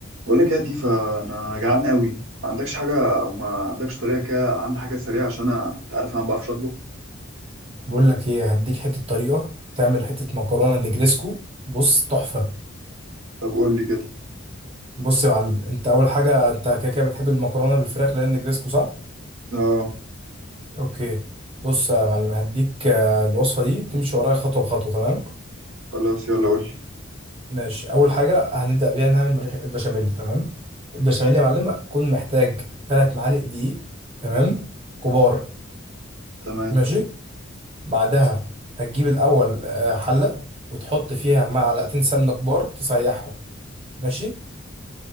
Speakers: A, on the right; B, on the right.
A: بقول لك يا تيفا انا جعان قوي ما عندكش حاجه او ما عندكش طريقه كده اعمل حاجه سريعه عشان انا انت عارف انا ما بعرفش اطبخ
B: بقول لك ايه هديك حته طريقه تعمل حته مكرونه نجريسكو بص تحفه
A: طب قول لي كده
B: بص يا معلم انت اول حاجه انت كده كده بتحب المكرونه بالفراخ لان نجريسكو صح
A: اه
B: اوكي بص يا معلم هديك آه، الوصفه دي تمشي ورايا خطوه بخطوه تمام
A: خلاص يلا قول لي
B: ماشي اول حاجه هنبدا بيها نعمل مش- البشاميل تمام البشاميل يا معلم هتكون محتاج 3 معالق دقيق تمام كبار
A: تمام
B: ماشي بعدها هتجيب الاول آه، حله وتحط فيها معلقتين سمنه كبار تسيحهم ماشي